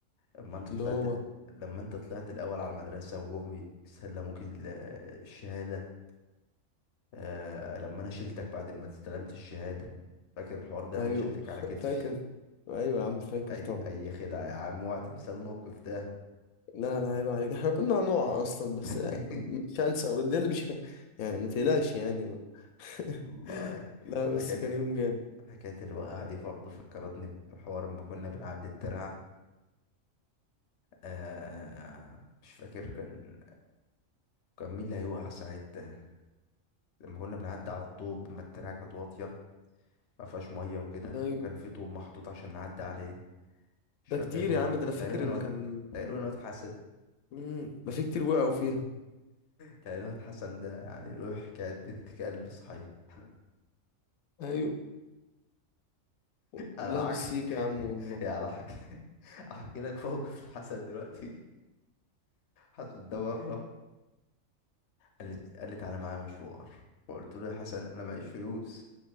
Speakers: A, on the left; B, on the left.
A: لما انت
B: اللي
A: طلعت
B: هو
A: ال... لما انت طلعت الاول على المدرسه وجم يسلموك ال- الشهاده آه لما انا شلتك بعد ما استلمت الشهادة فاكر الحوار ده لما
B: ايوه
A: شلتك على
B: <laughs>
A: كتفي
B: فاكر ايوه يا عم فاكر
A: اي
B: طبعا
A: اي خدعة يا عم اوعى تنسى الموقف ده
B: لا لا عيب عليك احنا كنا هنقع اصلا بس
A: <laughs>
B: مش هنسى ده اللي مش ه- يعني ما تقلقش يعني <laughs>
A: والله
B: لا
A: حكاية
B: بس كان يوم جامد
A: حكاية الوقعة دي برضه فكرتني بحوار لما كنا بنعدي الترعة آه آه، مش فاكر كان كان مين اللي هيوقع ساعتها لما كنا بنعدي على الطوب ما الترعة كانت واطية ما فيهاش مية وكده
B: ايوه
A: وكان في طوب محطوط عشان نعدي عليه مش
B: ده
A: فاكر
B: كتير
A: مين
B: يا عم
A: كان.
B: ده انا فاكر
A: تقريبا
B: ان
A: واد
B: كان
A: تقريبا واد حسن
B: امم ده في كتير وقعوا فيها
A: كان الواد حسن ده يعني له حكاية بنت كلب صحيح <laughs>
B: ايوه و-
A: انا
B: والله
A: عك...
B: مسيك يا عم
A: <laughs>
B: والله
A: يا انا حك... احكي لك موقف الحسن دلوقتي حسن ده مرة قال لي قال لي تعالى معايا مشوار فقلت له يا حسن انا معيش فلوس